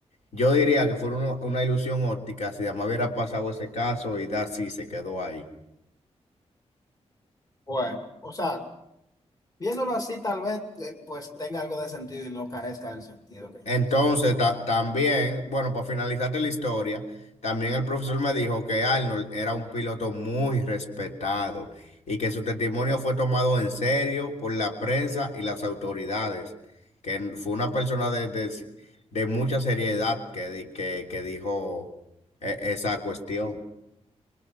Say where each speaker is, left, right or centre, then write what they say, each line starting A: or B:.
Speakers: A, on the left; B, on the left.
A: yo diría que fue uno- una ilusión óptica si además hubiera pasado ese caso y da sí se quedó ahí.
B: Bueno, o sea. Viéndolo así, tal vez eh, pues tenga algo de sentido y no carezca del sentido que
A: Entonces,
B: yo pensaba que carecía.
A: ta- también, bueno, para finalizarte la historia, también el profesor me dijo que Arnold era un piloto muy respetado y que su testimonio fue tomado en serio por la prensa y las autoridades, que n- fue una persona de, de- s- de mucha seriedad que, di- que, que dijo eh, esa cuestión.